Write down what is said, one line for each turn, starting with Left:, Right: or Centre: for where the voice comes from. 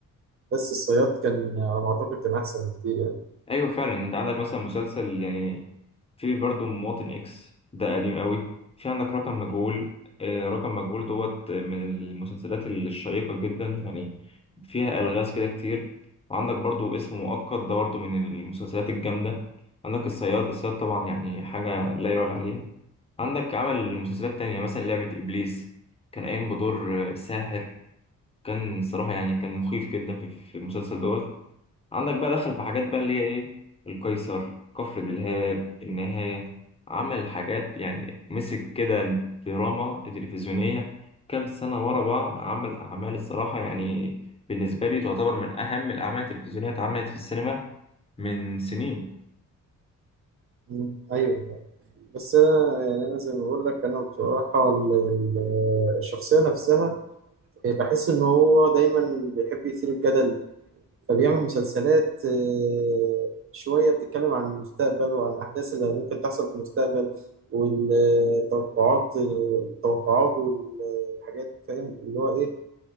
Right: بس الصياد كان على ما أعتقد كان أحسن بكتير يعني
Left: أيوة فعلا أنت عندك مثلا مسلسل يعني في برضو مواطن اكس ده قديم قوي في عندك رقم مجهول آه، رقم مجهول دوت من المسلسلات الشيقة جدا يعني فيها ألغاز كده كتير وعندك برضو اسم مؤقت ده برضو من المسلسلات الجامدة عندك الصياد الصياد طبعا يعني حاجة لا يعلى عليها عندك عمل مسلسلات تانية مثلا لعبة إبليس كان قايم بدور آه، ساحر كان صراحة يعني كان مخيف جدا في في المسلسل دوت عندك بقى دخل في حاجات بقى اللي هي ايه القيصر كفر دلهاب النهاية عمل حاجات يعني مسك كده دراما تلفزيونية كام سنة ورا بعض عمل أعمال الصراحة يعني بالنسبة لي تعتبر من أهم الأعمال التلفزيونية اتعملت في السينما من سنين
Right: مم، أيوه بس أنا يعني أنا زي ما بقول لك أنا بصراحة ال- ال- الشخصية نفسها آه، بحس إن هو دايما بيحب يثير الجدل فبيعمل مسلسلات آه، شوية بتتكلم عن المستقبل وعن الأحداث اللي ممكن تحصل في المستقبل والتوقعات التوقعات والحاجات فاهم اللي هو إيه